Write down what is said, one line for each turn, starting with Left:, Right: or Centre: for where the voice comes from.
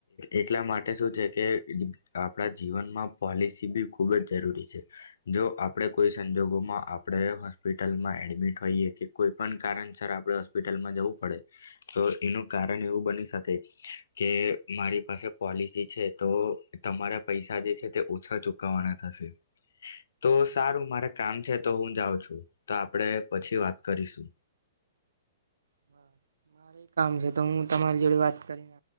Left: એટલા માટે શું છે કે આપણા જીવનમાં પોલિસી બી ખૂબ જ જરૂરી છે. જો આપણે કોઈ સંજોગોમાં આપણે હોસ્પિટલમાં એડમિટ હોઈએ, કે કોઈ પણ કારણસ આપણે હોસ્પિટલમાં જવું પડે, તો એનું કારણ એવું બની શકે કે, મારી પાસે પોલિસી છે તો તમારા પૈસા જે છે તે ઓછા ચૂક કવાના થશે. તો સારું મારે કામ છે. તો હું જાઉં છું. તો આપડે પછી વાત કરીશું.
Right: <unintelligible> મારે કામ છે. તો હું તમારી જોડે વાત કરીને